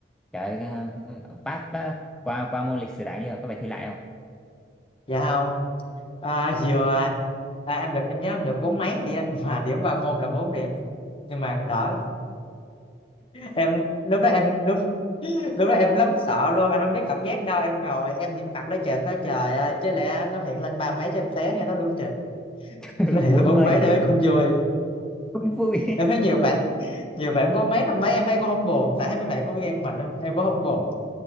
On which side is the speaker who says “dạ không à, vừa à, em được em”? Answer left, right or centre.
Left